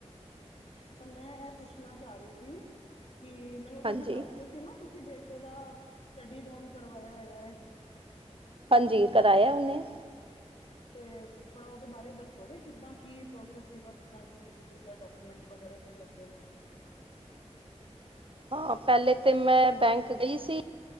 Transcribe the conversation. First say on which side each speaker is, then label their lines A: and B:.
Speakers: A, on the left; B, on the right.
A: ਅੱਛਾ ਮੈਂ ਇਹ ਪੁੱਛਣਾ ਚਾਹ ਰਹੀ ਸੀ ਕਿ ਮੈਨੂੰ
B: ਹਾਂਜੀ
A: ਤੁਸੀਂ ਦੱਸ ਰਹੇ ਸੀ ਨਾ ਤੁਸੀਂ ਬੇਟੇ ਦਾ ਸਟੱਡੀ ਲੋਨ ਕਰਵਾਇਆ ਹੈਗਾ ਹੈ।
B: ਹਾਂਜੀ ਕਰਾਇਆ ਉਹਨੇ।
A: ਤੇ ਥੋੜ੍ਹਾ ਉਹਦੇ ਬਾਰੇ ਦੱਸੋਗੇ ਕਿੱਦਾਂ ਕੀ ਪ੍ਰੋਸੈਸ ਸੀਗਾ ਕਿੱਦਾਂ ਕੀ ਤੁਸੀਂ ਕੀਤਾ ਡਾਕ? ਡੋਕਮੈਂਟ ਵਗੈਰਾ ਕੀ ਲੱਗੇ ਨੇ।
B: ਹਾਂ ਪਹਿਲੇ ਤੇ ਮੈਂ ਬੈਂਕ ਗਈ ਸੀ।